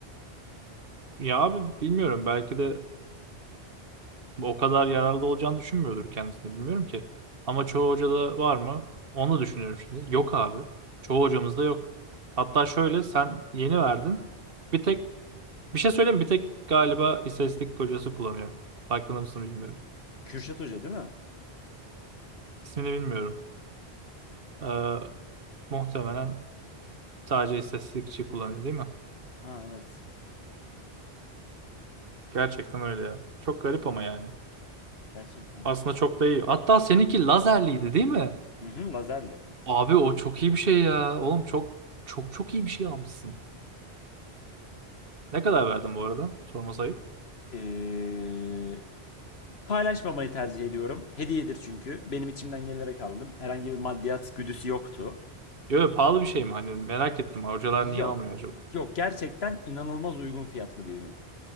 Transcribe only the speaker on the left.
Kürşat Hoca değil mi?
Ha evet.
Gerçekten.
Hı hı, lazerle.
Ee, paylaşmamayı tercih ediyorum. Hediyedir çünkü. Benim içimden gelerek aldım. Herhangi bir maddiyat güdüsü yoktu.
Yok.
Yok gerçekten inanılmaz uygun fiyatlı bir ürün.